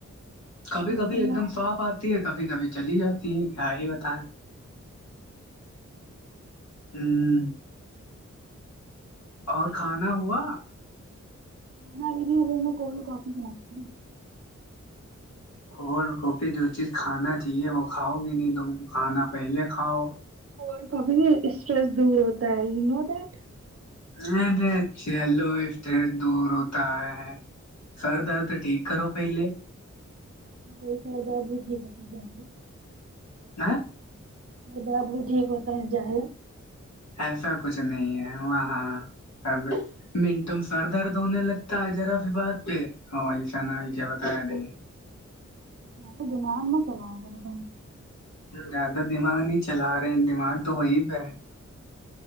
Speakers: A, on the left (about 65°); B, on the right (about 50°).
A: کبھی
B: جب
A: کبھی
B: چلائے
A: ایک دم صاف آتی ہے کبھی کبھی چلی جاتی ہے کیا ہی بتائیں ہوں اور کھانا ہوا
B: حنا دیدی ہمیں ہے نہ کولڈ کافی بنائی ت
A: کولڈ کوفی جو چیز کھانا چاہیے وہ کھاؤ گی نہیں تم کھانا پہلے کھاؤ
B: کولڈ کافی سے اسٹریس دور ہوتا ہے یو نو دیٹ
A: رے نہیں چلو افٹریٹ دور ہوتا ہے سر درد ٹھیک کرو پہلے
B: یہ سر درد بھی ٹھیک ہوا تو جاؤنگی
A: نہ
B: درد بھی ٹھیک ہوتا ہے جاہ او
A: ایسا کچھ نہیں ہے وہاں اب منٹوں میں سر درد ہونے لگتا ہے جرا سی بات پہ ایسا نہ ایسا بتایا رہے
B: زیادہ دماغ مت چلایا کرو تم
A: زیادہ دماغ نہیں چلا رہے ہیں دماغ تو وہی پہ ہے